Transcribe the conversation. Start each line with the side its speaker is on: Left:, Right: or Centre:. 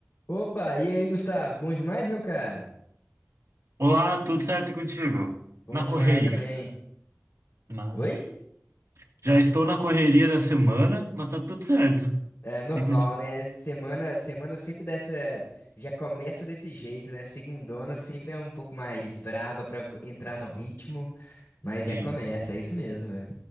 Left: Opa, e aí, Gustavo? Bom demais, meu cara?
Right: Olá, tudo certo contigo?
Left: Bom
Right: Na
Left: demais
Right: correria,
Left: também.
Right: mas
Left: Oi?
Right: já estou na correria da semana, mas tá tudo certo.
Left: É normal,
Right: E contigo?
Left: né? Semana, semana sempre dessa, já começa desse jeito, né? Segundona sempre é um pouco mais braba pra vo- entrar no ritmo, mas
Right: Sim,
Left: já começa, é isso mesmo, velho.